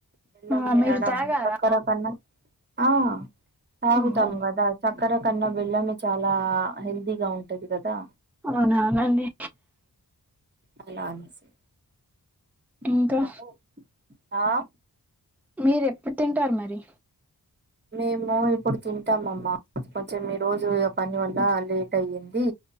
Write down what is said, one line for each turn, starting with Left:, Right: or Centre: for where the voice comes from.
Right: బెల్లం
Centre: ఆ
Right: దినడం
Centre: మీరు తాగారా
Right: చక్కర కన్నా ఆ తాగుతాం
Centre: ఆహా
Right: గదా చక్ క్కర కన్నా బెల్లమే చాలా హెల్దీగా ఉంటది కదా
Centre: అవునా అండి
Right: అలా అనేసి
Centre: ఇంకా
Right: అందుకని ఆ
Centre: మీరు ఎప్పుడు తింటారు మరి
Right: మేము ఇప్పుడు తింటాంమ్మా కొంచెం ఈ రోజు పని వల్ల లే అయ్యంది